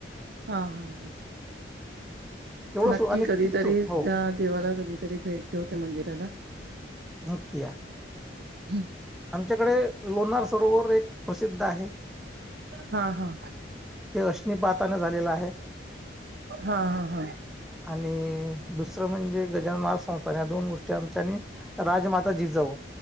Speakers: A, on the right (about 55°); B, in the centre.
A: हा हा हां.
B: एवढं
A: नक्की
B: सो आणि
A: कधीतरी
B: तिथून हो
A: त्या देवाला कधीतरी भेट देऊ त्या मंदिराला.
B: नक्की या.
A: हम.
B: आमच्याकडे लोणार सरोवर एक प्रसिद्ध आहे.
A: हा हा.
B: ते अश्निपातनें झालेलं आहे.
A: हा हा हा
B: आणि दुसरं म्हणजे गजानन महाराज संस्थान या दोन गोष्टी- आमच्या आणि राजमाता जिजाऊ